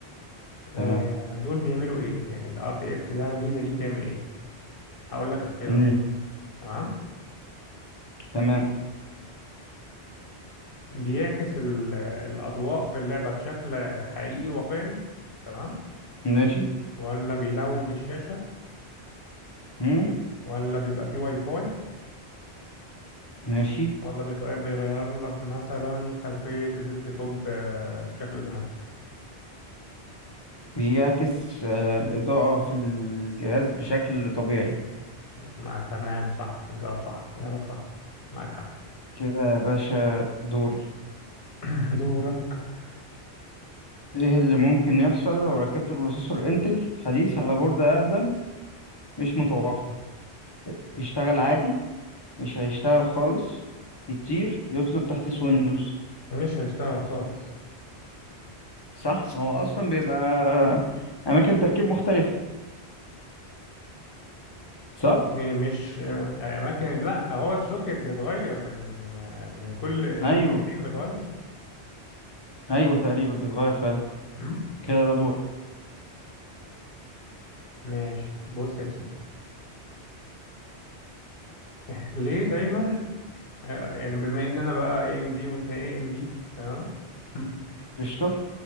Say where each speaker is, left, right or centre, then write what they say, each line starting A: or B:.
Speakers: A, on the left; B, on the left.
A: تمام
B: آه دول بيعملوا ايه يعني الار تي اكس ده الميزه دي بتعمل ايه هقول لك اختيارات
A: مم.
B: تمام
A: تمام
B: بيعكس ال... الاضواء في اللعبه بشكل حقيقي واقعي تمام
A: ماشي
B: ولا بيلون الشاشه
A: مم.
B: ولا بيبقى فيه واي فاي
A: ماشي
B: ولا بيخ... بيغير لك مثلا خلفيه الديسك توب آه، بشكل اوتوماتيك
A: بيعكس آه، الإضاءة في الجهاز بشكل طبيعي
B: ما تمام صح جواب صح جوابك صح معاك حق
A: كده يا باشا دوري
B: <clears throat> دورك
A: ايه اللي ممكن يحصل لو ركبت بروسيسور انتل حديث على بوردة أقدم مش متوافقة يشتغل عادي مش هيشتغل خالص يطير يطلب تحديث ويندوز
B: مش هيشتغل خالص
A: صح هو أصلا بيبقى أماكن تركيب مختلفة صح
B: يعني مش اماكن لا هو السوكت بيتغير من من كل
A: أيوه
B: كل جيلين بيتغير
A: أيوه تقريبا بيتغير فعلا
B: أم؟
A: كده ده دورك
B: ماشي بص يا سيدي <laughs> إح- ليه دايما آه، يعني بما ان انا بقى اي ام دي وانت اي ام دي تمام <laughs>
A: قشطة